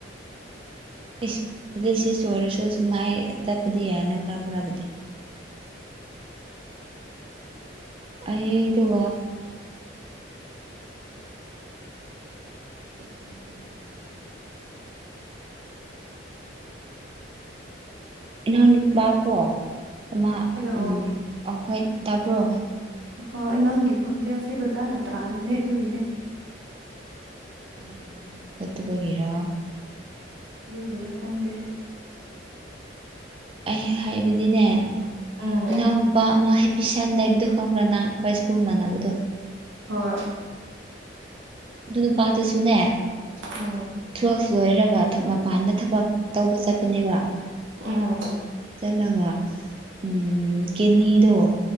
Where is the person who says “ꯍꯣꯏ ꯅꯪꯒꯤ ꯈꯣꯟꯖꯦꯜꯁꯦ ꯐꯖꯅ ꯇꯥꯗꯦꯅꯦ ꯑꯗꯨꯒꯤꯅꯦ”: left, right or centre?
Right